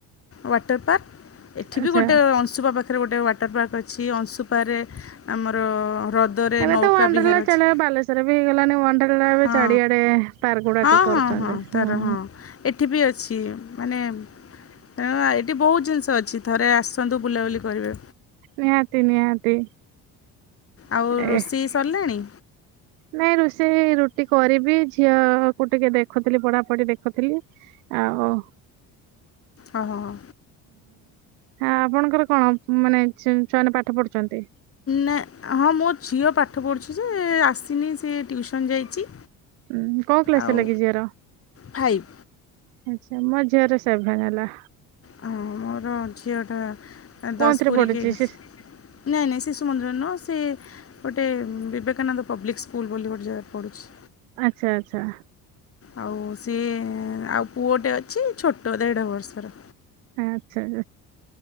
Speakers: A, on the left; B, on the right.
A: ୱାଟର୍ ପାର୍କ। ଏଠି
B: ଆଚ୍ଛା।
A: ବି ଗୋଟେ ଅଂଶୁପା ପାଖରେ ଗୋଟେ ୱାଟର ପାର୍କ ଅଛି, ଅଂଶୁପାରେ ଆମର ହ୍ରଦରେ
B: ଏବେ
A: ନୌକା
B: ତ ୱାଣ୍ଡ୍ରଲା
A: ବିହାର ଅଛି
B: ଚାଲ ବାଲେଶ୍ଵରରେ ବି ହେଇଗଲାଣି ୱାଣ୍ଡ୍ରଲା ଏବେ
A: ହଁ
B: ଚାରିଆଡେ ଏ ପାରଗୁଡ଼ା
A: ହଁ
B: ପେପର
A: ହଁ
B: ଚାଲେ,
A: ତାର
B: ହଁ
A: ଏଠି ବି ଅଛି, ମାନେ ତେଣୁ ଏଠି ବହୁତ ଜିନିଷ ଅ ଏଠି ଥରେ ଆସନ୍ତୁ ବୁଲାବୁଲି କରିବେ।
B: ନିହାତି ନିହାତି।
A: ଆଉ
B: ଏ
A: ରୋଷେଇ ସରିଲାଣି?
B: ନାଇଁ ରୋଷେଇ ରୁଟି କରିବି, ଝିଅ କୁ ଟିକେ ଦେଖୁଥିଲି ପଢାପଢି ଦେଖୁଥିଲି। ଆ ଓହ।
A: ଓ ହୋ ହ।
B: ହଁ ଆପଣଙ୍କର କଣ, ମାନେ ଛୁ-ଛୁଆମାନେ ପାଠ ପଢୁଛନ୍ତି?
A: ନା ହଁ ମୋ ଝିଅ ପାଠ ପଢ଼ୁଛି ଯେ ଆସିନି ସେ ଟିୟୁସନ ଯାଇଛି।
B: ଉଁ କଉ କ୍ଲାସ
A: ଆଉ
B: ହେଲାକି ଝିଅର?
A: ଫାଇଭ୍
B: ଆଛା ମୋ ଝିଅର ସେଭେନ୍‌ ହେଲା।
A: ହଁ ମୋର ଝିଅଟା ଦଶ
B: କୋଉଥିରେ
A: ପୁରିକି
B: ପଢୁଛି
A: ଏଗାର
B: ସେ?
A: ସ ନାଇଁ ନାଇଁ ଶିଶୁ ମନ୍ଦିର ନୁହଁ, ସେ ଗୋଟେ ବିବେକାନନ୍ଦ ପବ୍ଲିକ୍ ସ୍କୁଲ ବୋଲି ଗୋଟେ ଜାଗା ପଢୁଛି।
B: ଆଛା ଆଛା।
A: ଆଉ ସିଏ ଆଉ ପୁଅଟେ ଅଛି ଛୋଟ ଦେଢ ବର୍ଷର।
B: ଆଛା।